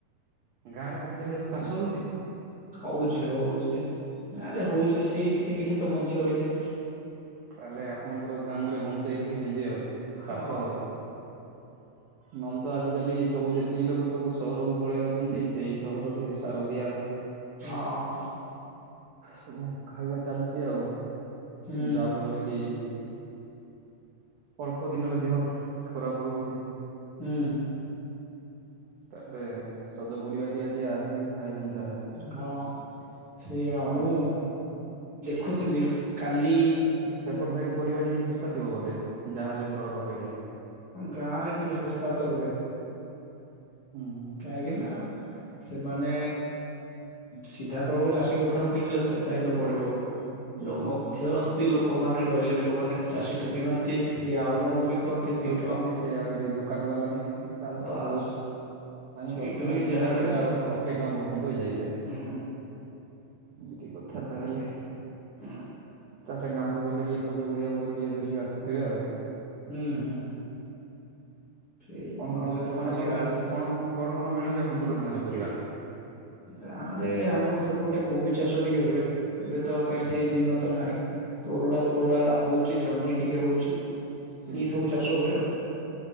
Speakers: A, on the right; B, on the left.
A: ଗାଁ ରେ ଆଜିକାଲି ଆଉ ଚାଷ ହଉଛି?
B: ହଉଚି ହଉଚି ଗାଁ ରେ ହଉଚି ସେଇ ଟିକେ ନିଖେ ତ ବଞ୍ଚି ରହିଚି।
A: ତାହେଲେ ଆପଣଙ୍କର ଗ୍ରାମରେ ବଞ୍ଚେଇ ରଖିଚନ୍ତି ଆଉ
B: ହଁ
A: ଚାଷ ଆଉ। ନହେଲେ ତ ଆଜିକାଲି ସବୁ ଯେତିକି ଲୋକ ସବୁ ସହରକୁ ପଳେଇ ଆଉଚନ୍ତି ସେଇ ସହରରେ ଶାରଦିଆ
B: ହଁ।
A: ସବୁ ଖାଇବା ଚାଲିଚି ଆଉ
B: ହୁଁ
A: ଯବ୍ ଯୋଉଟାକୁ ଅଳ୍ପ ଦିନରେ ଦେହ ଖରାପ ହଉଚି।
B: ହୁଁ।
A: ତାହେଲେ ସଜ ପରିବା ଟି ଆଜି ଆସିକି ଖାଇଚନ୍ତି ତାହେଲେ।
B: ହଁ ସେଆ
A: କଣ
B: ମୁଁ ଦେଖୁଥିଲି କାଲି
A: ସେପଟେ ସାଇଟ୍ ପରିବା ଟିକେ ଶସ୍ତା ଥିବ ବୋଧେ ଯାହାହେଲେ ସହର ଅପେକ୍ଷା।
B: ମାନେ ଗାଁ ରେ ଟିକେ ଶସ୍ତା ତ ରୁହେ।
A: ହୁଁ ହୁଁ।
B: କାଇଁକି ନା ସେମାନେ ସିଧାସଳଖ ଚାଷୀଙ୍କ ଠାରୁ କିଣିଲେ ଶସ୍ତା ହିଁ ତ ପଡିବ।
A: ହୁଁ
B: ଯୋଉ ମଧ୍ୟସ୍ଥି ଲୋକମାନେ ରହିଲେ ଯୋଉମାନେ ଚାଷୀଠୁ କିଣନ୍ତି ସିଏ ଆଉ ଜଣଙ୍କୁ ବି କନ୍ତି ସେଇ
A: ନ୍ତି ସେ ଆହୁରି ଦୋକାନ ବାଲା ନିଏ ତାହେଲେ
B: ବାସ୍
A: ତ ବହୁତ ମାନେ
B: ସେଇଠୁ
A: ଦଶ ଟଙ୍କାରେ
B: ହିଁ
A: କିଣିକି
B: ଯାହା ରହିଛି
A: ସେଇଟା ଅଶୀଏ ଟଙ୍କା ପର୍ଯ୍ୟନ୍ତ ହେଇଯାଇଥାଏ ଏମତି
B: ହୁଁ
A: କଥା ତାହେଲେ
B: ହୁଁ
A: ତାହେଲେ ଗାଁକୁ ଗଲେ ଟିକେ ସଜ ପରିବା ପତ୍ର ଟିକେ ଧରିକି ଆସୁଥିବେ ଆଉ
B: ହୁଁ ହୁଁ। ସେଇ
A: କଣ
B: ନହେଲେ
A: କଣ
B: ତ
A: କଣ
B: ଖାଲି
A: କଣ
B: ଆଳୁ
A: କଣ କଣ କଣ ମିଳୁଛି ଆପଣଙ୍କର ଗାଁରେ ପରିବା?
B: ଗାଁ ରେ ଆମର ସେପଟେ କୋବି ଚାଷ ଟିକେ ହୁଏ। ଏବେ ତ ଆଉ କାହିଁ
A: ହୁଁ
B: ସେଇ ଦିନ ତ ନାହିଁ ତୋରଡା ଫୋରଡା ହଉଛି ଜହ୍ନି ଟିକେ ହଉଛି।
A: ହୁଁ
B: ଏଇ ସବୁ ଚାଷ ହୁଏ ଆଉ।